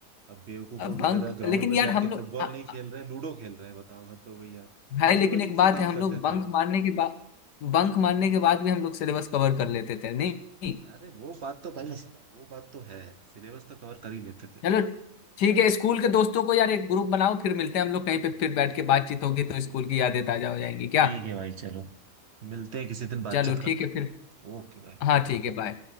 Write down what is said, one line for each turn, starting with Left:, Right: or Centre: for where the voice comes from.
Right: अब बेवकूफों
Left: अब
Right: की
Left: बंक
Right: तरह ग्राउंड
Left: लेकिन
Right: में
Left: यार
Right: जाके
Left: हम लोग
Right: फुटबॉल
Left: आ-
Right: नहीं खेल
Left: आ-
Right: रहे लूडो खेल रहे हैं बताओ हद हो गई यार
Left: भाई
Right: अजीब
Left: लेकिन
Right: अजीब
Left: एक बात
Right: से काम
Left: है हम
Right: करते
Left: लोग बंक
Right: थे हम
Left: मारने के बाद बंक
Right: हम्म,
Left: मारने के बाद भी हम लोग सिलेबस कवर कर लेते थे नहीं नहीं।
Right: अरे वो बात तो भाई वो बात तो है सिलेबस तो कवर कर ही लेते थे
Left: चलो ठीक है स्कूल के दोस्तों को यार एक ग्रुप बनाओ फिर मिलते हैं हम लोग कहीं पे फिर बैठ के बातचीत होगी तो स्कूल की यादें ताजा हो जाएंगी
Right: ठीक
Left: क्या
Right: है भाई चलो मिलते हैं किसी दिन बातचीत
Left: चलो
Right: करते
Left: ठीक है फिर
Right: हैं ओके भाई
Left: हाँ ठीक है बाय